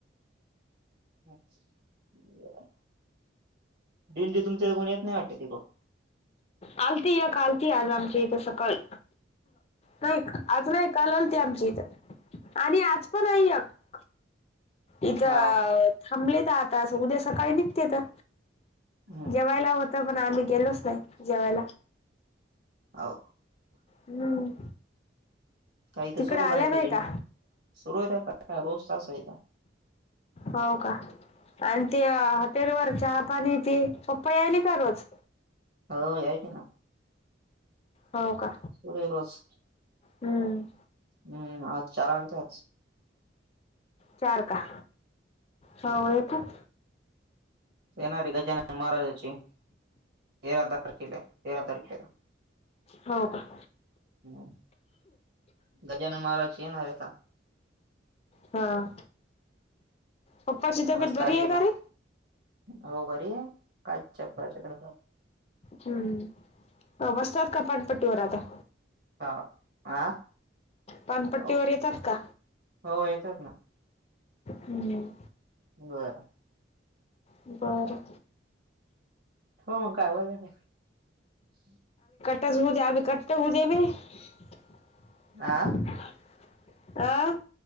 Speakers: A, on the right; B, on the left.
A: हम्म ब. दीदी तुमच्या तर कोणी येत नाही वाटत ते ग.
B: आलती या काल ती आज आमच्या इथे सकाळी. नाही आज नाही काल आलती आमची इथ आणि आज पण आहे एक. इथं
A: हो का
B: थांबले त आता असं उद्या सकाळी निघते त.
A: हम्म
B: जेवायला होत पण आम्ही गेलोच नाही जेवायला.
A: हो
B: हम्म.
A: का इथ
B: तिकडे
A: सुरु
B: आल्या
A: झाले आता
B: नाही
A: दिंडी
B: का
A: सुरू होईल आता रोज त आहेत
B: हाव का आणि ते हटेलवर चहा पाणी ते. पप्पा यायली का रोज?
A: हो यायचे ना.
B: हो का
A: <unintelligible>
B: हम्म
A: हम्म आज चार आलते आज.
B: चार का सवय खूप.
A: येणारी गजानन महाराजाची तेरा तारखेला आहे तेरा तारखेला.
B: होव का?
A: हम्म गजानन महाराजाची येणारे आता
B: हां पप्पाची तब्येत
A: पाच
B: बरी
A: तारखेला
B: आहे का रे?
A: हो बरी आहे. काय चक्कर
B: हम्म बसतात पानपट्टी वर आता.
A: हां आ
B: पानपट्टी
A: हो
B: वर येतात का?
A: हो येतात ना
B: हम्म.
A: बरं.
B: बरं.
A: हो मग काय <unintelligible>
B: <unintelligible>
A: हा
B: आह